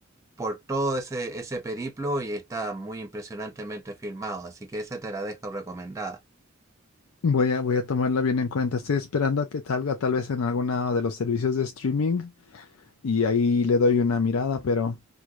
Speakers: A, on the right (about 15°); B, on the left (about 80°).
A: por todo ese, ese periplo y está muy impresionantemente filmado. Así que esa te la dejo recomendada.
B: Voy a, voy a tomarla bien en cuenta. Estoy esperando a que salga tal vez en alguno de los servicios de streaming y ahí le doy una mirada, pero